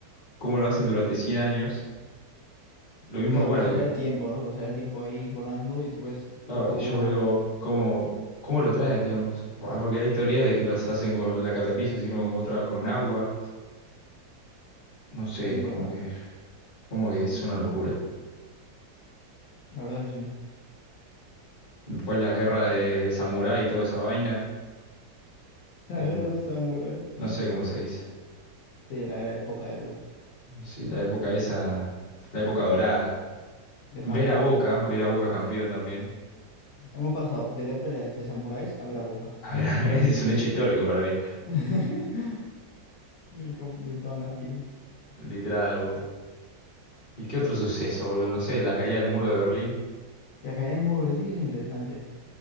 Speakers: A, on the left; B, on the left.
A: cómo lo hacen durante 100 años. Lo mismo,
B: Claro,
A: bueno,
B: pasaría
A: que-
B: el tiempo, ¿no? Que pasaría el tiempo ahí volando y tú ves
A: claro,
B: poco
A: y
B: a poco.
A: yo veo cómo, cómo lo traen, digamos. Ah, porque hay teorías de que las hacen con la carretilla, sino con otra con agua. No sé,
B: Sí, en
A: es como
B: verdad.
A: que, como que es una locura.
B: La verdad que sí.
A: Después las guerras
B: ¿Qué?
A: de, de samurái y toda esa vaina,
B: La
A: en,
B: guerra de samurái.
A: no sé cómo se dice.
B: Sí, la época Edo,
A: Sí, la época esa, la época dorada.
B: de
A: Ver
B: Japón.
A: a Boca, ver a Boca campeón también.
B: Hemos pasado de ver peleas de samuráis a ver a Boca.
A: A ver, <laughs> es un hecho histórico para mí.
B: <laughs> Mi, com- mi pana, tío.
A: Literal, boludo. ¿Y qué otro suceso, boludo? No sé, la caída del muro de Berlín.
B: La carrera de Morency que es interesante.